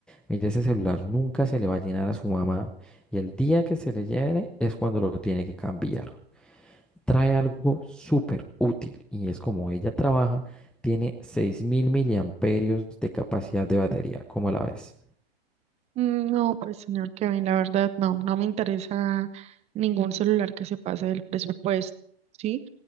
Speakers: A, in the centre; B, on the right.
A: Mire, ese celular nunca se le va a llenar a su mamá y el día que se le llene es cuando lo tiene que cambiar. Trae algo súper útil y es como ella trabaja, tiene 6000 miliamperios de capacidad de batería. ¿Cómo la ves?
B: Mm, No, pues señor Kevin, la verdad no, no me interesa ningún celular que se pase del presupuesto, ¿sí?